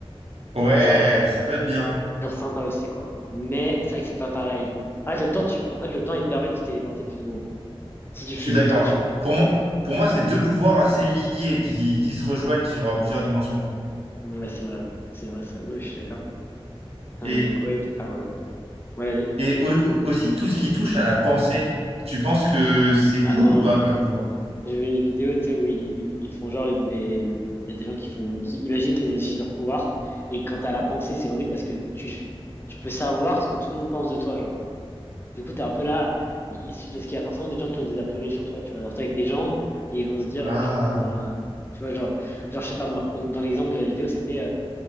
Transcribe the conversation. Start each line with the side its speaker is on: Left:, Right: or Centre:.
Right: Ouais,
Left: Genre, euh,
Right: ça peut être bien.
Left: genre sympa aussi, quoi. Mais c'est vrai que c'est pas pareil. En fait, le temps, tu... en fait, le temps, il te permet de te téléporter plus ou moins. Si tu
Right: Je
Left: files
Right: suis d'accord.
Left: le temps, tu vois.
Right: Pour moi, pour moi, c'est deux pouvoirs assez liés qui, qui se rejoignent sur euh, plusieurs dimensions.
Left: Ouais, c'est vrai. C'est vrai, c'est vrai. Non, je suis d'accord. C'est
Right: Et,
Left: un great power. Ouais, vas-y.
Right: et au- aussi, tout ce qui touche à la pensée, tu penses que c'est
Left: Ah
Right: cool
Left: non.
Right: ou pas comme pouvoir?
Left: J'ai vu une vidéo, tu sais, où ils, ils- ils font genre, ils ont des, il y a des gens qui font, qui imaginent qu'ils ont des super pouvoirs, et quand t'as la pensée, c'est horrible parce que tu, tu peux savoir ce que tout le monde pense de toi, genre. Du coup, t'es un peu là, il- parce qu'il y a forcément des gens qui ont des a priori sur toi, tu vois. Alors, t'es avec des gens, et ils vont se dire,
Right: Ah,
Left: euh, je sais pas moi, tu vois, genre, genre, je sais pas moi. Donc, dans l'exemple de la vidéo, c'était, euh,